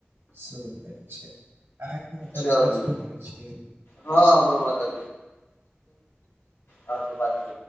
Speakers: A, on the right; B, on the left.
A: सब गेल छै, अहांके माता-पिता
B: चलू
A: सेहो गेल छै।
B: हँ हमरा माता अहां से बातचीत